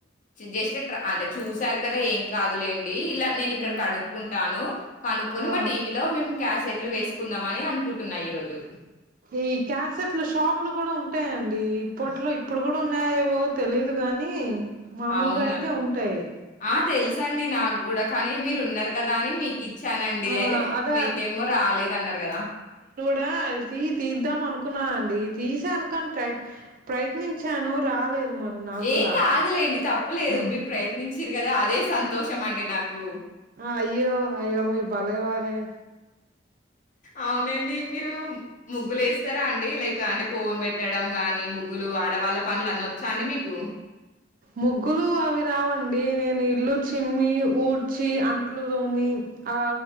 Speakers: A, on the left (about 45°); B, on the right (about 50°).
A: మీరు జస్ట్ అంటే చూసారు కదా ఏం కాదులే డి ఇలా నేను ఇక్కడ
B: ఆ!
A: కనుక్కుంటాను కనుక్కొని
B: ఆ!
A: మా టీవీలో మేం క్యాసెట్లు వేసుకుందామని అనుకుంటున్నా ఈ రోజు
B: ఈ క్యాసెట్లు షాపులు కూడా ఉంటాయండి ఇప్పట్లో
A: ఆహ్!
B: ఇప్పుడు కూడా లు ఉన్నాయ ఏవో తెలియదు గాని మామూలుగా
A: అవునా!
B: అయితే ఉంటాయి
A: ఆ! తెలుసండి నాకు కూడా కానీ మీరు ఉన్నారు కదా అని మీ ఇచ్చానండి
B: ఆ
A: అయితే
B: అదే
A: మీకేమో రాలేదన్నారు కదా
B: బా ది తీద్దాం అనుకున్నాను అండి తీసాను కానీ ప్రయత్నించాను రాలేదు మరి నాకు
A: ఏం
B: కూడా
A: కాదులేండి తప్పులేదు
B: ఆ,
A: మీరు ప్రయత్నించరు కదా అదే సంతోషం అండి నాకు
B: ఆ అయ్యో అయ్యో మీ భలేవారే
A: అవునండి మీరు ముగ్గులు వేస్తారా అండి లైక్ అంటే కోన్ పెట్ పెట్టడం కాని ముగ్గులు ఆడవాళ్ళ పనులు అన్న వచ్చా అండి మీకు
B: ముగ్గులు అవి రావండి నేను ఇల్లు చిమ్మి ఊడ్చి అట్లు తోమి ఆ